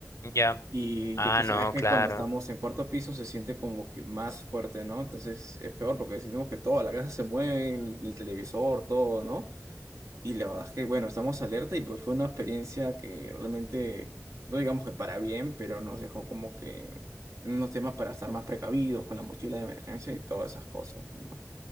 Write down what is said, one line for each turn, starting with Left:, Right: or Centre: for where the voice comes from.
Left: Ya.
Right: Y
Left: Ah,
Right: ya tú sabes
Left: no,
Right: que
Left: claro.
Right: cuando estamos en cuarto piso se siente como que más fuerte, ¿no? Entonces es peor porque sentimos que toda la casa se mueve, el, el televisor, todo, ¿no? Y la verdad es que, bueno, estamos alerta y pues fue una experiencia que realmente, no digamos que para bien, pero nos dejó como que unos temas para estar más precavidos con la mochila de emergencia y todas esas cosas, ¿no?